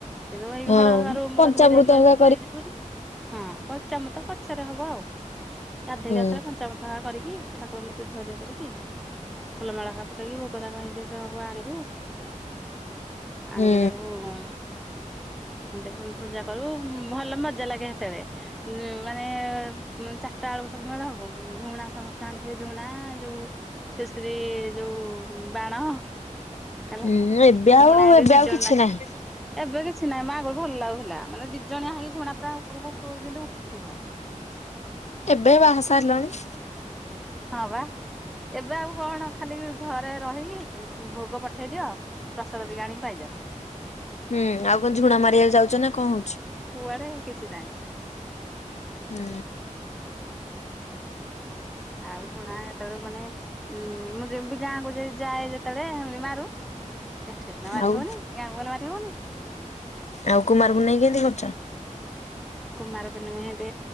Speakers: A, in the centre; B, on the left (about 60°).
A: କିନ୍ତୁ ଏଇ
B: ହଁ
A: ଘର <unintelligible> ରୁମରା
B: ପଞ୍ଚାମୃତ
A: ଧୋଇ ଧାଇ କରି
B: ହେରିକା
A: <unintelligible> କରିକି ଯିବୁ ହାରି ହଁ ପଞ୍ଚାମୂର୍ତ୍ତ ତ ପଛେରେ ହବ ଆଉ। ଗାଧେଇକି
B: ହୁଁ।
A: ଆସି ସାଇଲେ ପଞ୍ଚାମୂର୍ତ୍ତ ହେକା କରିକି ଠାକୁର ମୂର୍ତ୍ତି ଧୁଆଧୁଇ କରିକି ଫୁଲମାଳ ହେକା ପକେଇ କି ଭୋଗରାଗ ହିନ୍ତି ସବୁ ଆଣିବୁ।
B: ହୁଁ
A: ଆଣିକି ତାକୁ ଉଁ ଏନ୍ତି ଫୁଣି ପୂଜା କରୁ। ଉଁ ଭଲ ମଜା ଲାଗେ ସେତେବେଳେ ଉଁ ମାନେ ଉଁ ଚାରିଟାବେଳୁକୁ ସବୁ ମେଳ ହବୁ ଝୁଣା ସମସ୍ତେ ଆଣି ଥିବେ ଝୁଣା ଯୋଉ ସିର୍ ସିରି ଯୋଉ ଉଁ ବାଣ ହେଲା
B: ହୁଁ ଏବେ
A: ଝୁଣା
B: ଆଉ
A: ଦି
B: ଏବେ
A: ଦି
B: ଆଉ
A: ଜଣ
B: କିଛି
A: ଲାଖେ
B: ନାହିଁ।
A: ଏବେ କିଛି ନାହିଁ ମ ଆଗରୁ ଭଲ ଲାଗୁଥିଲା ମାନେ ଦି ଜଣିଆ ହେଇକି ଝୁଣା ପୁରା ଉପରକୁ ଉପରକୁ ଯେନ୍ତି ଉଠୁଥିବ।
B: ଏବେ ବାହା ହେଇ ସାରିଲାଣି।
A: ହଁ ବା ଏବେ ଆଉ କଣ ଖାଲି ଘରେ ରହିକି ଉଁ ଭୋଗ ପଠେଇ ଦିଅ ପ୍ରସାଦ ଟିକେ ଆଣିକି ପାଇଯାଅ।
B: ହୁଁ ଆଉ କଁ ଝୁଣା ମାରିବାକୁ ଯାଉଚ ନା କଁ ହଉଛି।
A: କୁଆଡେ କିଛି ନାଇଁ।
B: ହୁଁ।
A: ଆଉ ଝୁଣା ହେତେବେଳୁକୁ ମାନେ ଉଁ ମୁଁ ଯେବେ ଗାଁକୁ ଯେ ଯାଏ ଯେତେବେଳେ ହେମିତି ମାରୁ। ଏଠେ ସିନା ମାରିହବନି
B: ଆଉ
A: ଗାଁକୁ ଗଲେ ମାରିହବନି।
B: ଆଉ କୁମାରପୁନେଇଁ କେନ୍ତି କରୁଚ?
A: କୁମାର ପୂର୍ଣ୍ଣିମା ହେନ୍ତେ